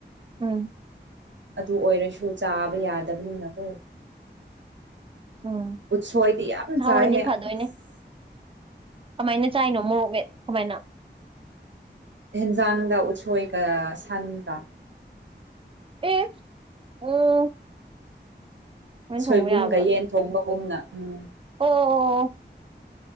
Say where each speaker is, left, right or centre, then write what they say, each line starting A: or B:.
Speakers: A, on the right; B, on the right.
A: ꯎꯝ
B: ꯑꯗꯨ ꯑꯣꯏꯔꯁꯨ ꯆꯥꯕ ꯌꯥꯗꯕꯅꯤꯅꯀꯣ
A: ꯎꯝ
B: ꯎꯠꯁꯣꯏꯗꯤ ꯌꯥꯝ
A: ꯆꯥꯍꯧꯔꯗꯤ
B: ꯆꯥꯏꯌꯦ
A: ꯐꯗꯣꯏꯅꯦ
B: ꯑꯁ
A: ꯀꯃꯥꯏꯅ ꯆꯥꯏꯅꯣ ꯃꯣꯔꯣꯛꯃꯦꯠ ꯀꯃꯥꯏꯅ
B: ꯑꯦꯟꯖꯥꯡꯒ ꯎꯠꯁꯣꯏꯒ ꯁꯟꯒ
A: ꯑꯦ ꯎꯝ ꯁꯨꯃꯥꯏꯅ
B: ꯁꯣꯏꯕꯨꯝꯒ
A: ꯊꯣꯡꯕ ꯌꯥꯕ꯭ꯔꯣ
B: ꯌꯦꯟ ꯊꯣꯡꯕꯒꯨꯝꯅ ꯎꯝ
A: ꯑꯣ ꯑꯣ